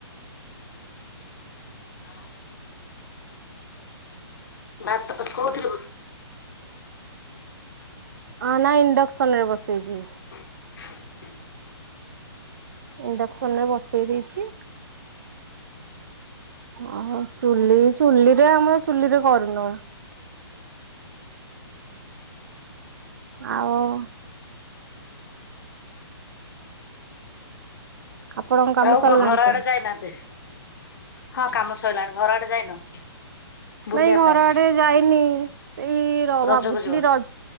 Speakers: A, on the left; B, on the right.
A: ହଁ। ବା କୋଉଥୁଲୁ
B: ଆ ନାଇଁ ଇଣ୍ଡକ୍ସନରେ ବସେଇଚି।
A: <inaudible>
B: ଇଣ୍ଡକ୍ସନରେ ବସେଇ ଦେଇଚି। ଓହୋ ଚୁଲି ଚୁଲିରେ ଆମର ଚୁଲିରେ କରୁନୁ। ଆଉ ଆପଣଙ୍କ କାମ
A: ଆଉ
B: ସରିଲାଣି
A: କଣ ଘର
B: ସବୁ?
A: ଆଡ଼େ ଯାଇନାହାତି ହଁ କାମ ସରିଲାଣି ଘର ଆଡ଼େ ଯାଇନ? ବୁଲିବା
B: ନାଇଁ
A: ପାଇଁ
B: ଘର ଆଡ଼େ ଯାଇନି ସେଇ ର
A: ରଜକୁ
B: ଭାବୁଥିଲି
A: ଯିବ?
B: ର